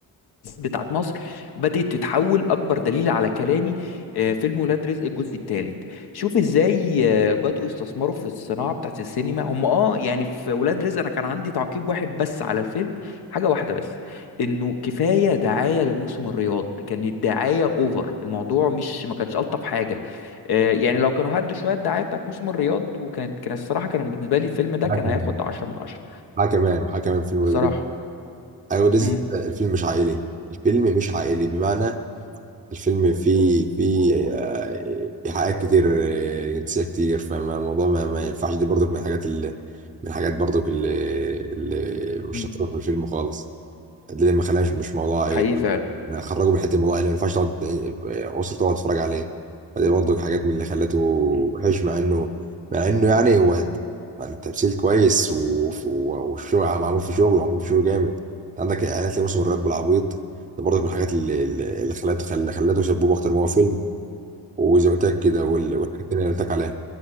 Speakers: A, on the left; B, on the right.
A: بتاعت مصر بدأت تتحول أكبر دليل على كلامي آه، فيلم ولاد رزق الجزء الثالث شوف إزاي آه، بدأوا يستثمروا في الصناعة بتاعت السينما هم آه يعني في ولاد رزق أنا كان عندي تعقيب واحد بس على الفيلم حاجة واحدة بس إنه كفاية دعاية لموسم الرياض كانت دعاية أوفر الموضوع مش ما كانش ألطف حاجة آه، يعني لو كانوا هدوا شوية الدعاية بتاعت موسم الرياض وكانت كان الصراحة كان بالنسبة لي الفيلم ده
B: حاكم
A: كان هياخد 10 من 10
B: حاكم وحاكم في المدرب
A: بصراحة
B: ايوه ده
A: امم
B: الفيلم مش عائلي الفيلم مش عائلي بمعنى الفيلم فيه فيه آه، إيحاءات كتير آه، جنسية كتير فالموضوع ما, ما ينفعش دي برضك من الحاجات اللي من الحاجات برضك اللي, اللي مش
A: امم
B: لطيفة في الفيلم خالص ده اللي ما خلاش مش موضوع عائلة
A: حقيقي فعلا
B: أنا خرجوا من حتة الموضوع عائلة ما ينفعش تقعد أسرة تقعد تتفرج عليه فدي برضه حاجات من اللي خلته وحش
A: امم
B: مع إنه مع إنه يعني هو التمثيل كويس و- و- والشغل معمول في شغل ومعمول في شغل جامد أنت عندك إعلانات لموسم الرياض بالعبيط ده برضه من الحاجات اللي اللي خلته خل- خلته شبوب أكتر ما هو فيلم وزي ما قلت لك كده وال- والحاجات التانية اللي قلت لك عليها